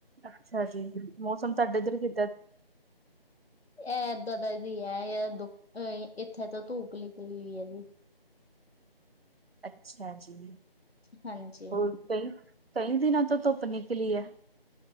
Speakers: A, on the right; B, on the left.
A: ਅੱਛਾ ਜੀ, ਮੌਸਮ ਤੁਹਾਡੇ ਏਧਰ ਕਿ
B: ਐ ਦਾਦਾ ਜੀ ਐਏ ਐ, ਦੁ ਇੱਥੇ ਤਾਂ ਧੁੱਪ ਨਿਕਲੀ ਹੋਈ ਏ ਜੀ।
A: ਅੱਛਾ ਜੀ।
B: ਹਾਂਜੀ।
A: ਹੋਰ ਕਈ, ਕਈ ਦਿਨਾਂ ਤੋਂ ਧੁੱਪ ਨਿਕਲੀ ਐ।